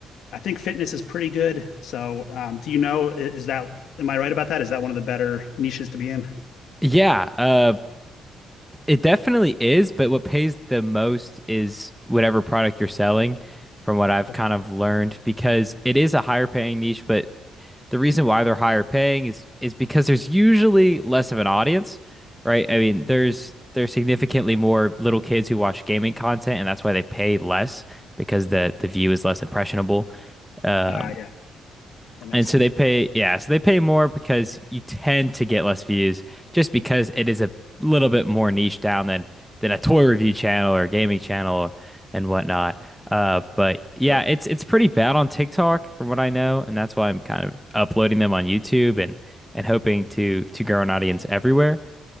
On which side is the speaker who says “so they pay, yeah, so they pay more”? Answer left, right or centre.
Centre